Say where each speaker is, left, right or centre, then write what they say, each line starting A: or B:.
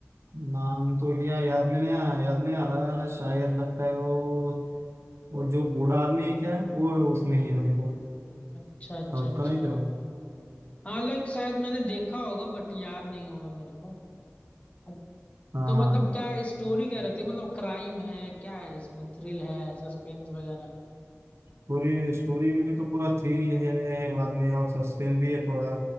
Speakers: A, on the right; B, on the left.
A: नाम तो क्या याद में नहीं आ याद नहीं आ रहा शायद लगता है वो और जो बूढ़ा आदमी है क्या वो उसमें हीरो है वो
B: अच्छा अच्छा
A: साउथ
B: अच्छा
A: का नहीं तो
B: हाँ लाइक शायद मैंने देखा होगा बट याद नहीं होगा मेरे को अच्छ-
A: हाँ
B: तो
A: हाँ
B: मतलब क्या स्टोरी क्या रहती है मतलब क्राइम है क्या है इसमें थ्रिल है सस्पेंस वगैरह
A: पूरी स्टोरी में तो पूरा थ्रिल है बाद में और सस्पेंस भी है थोड़ा